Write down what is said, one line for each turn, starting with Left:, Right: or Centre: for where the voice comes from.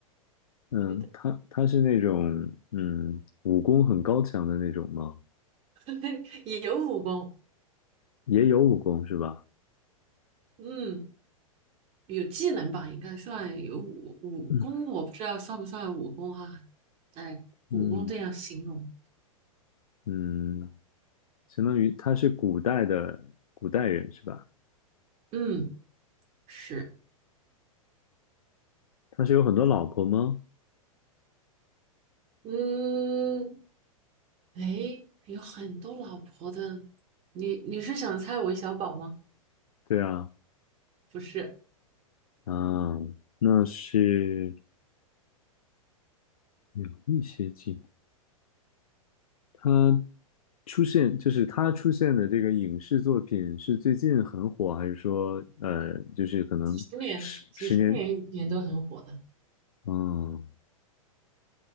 Left: 嗯，
Right: 是的，
Left: 他他是那种嗯武功很高强的那种吗？
Right: <laughs> 也有武功，
Left: 也有武功是吧？
Right: 嗯，有技能吧，应该算有武武功，
Left: 嗯
Right: 我不知道算不算武功哈，哎，
Left: 嗯
Right: 武功这样形容。
Left: 嗯。相当于他是古代的古代人是吧？
Right: 嗯，是，
Left: 他是有很多老婆吗？
Right: 嗯，哎，有很多老婆的，你你是想猜韦小宝吗？
Left: 对啊，
Right: 不是，
Left: 嗯，那是有一些近。他出现就是他出现的这个影视作品是最近很火，还是说呃，就是可能十十年？
Right: 几十年，几十年以前都很火的。
Left: 嗯，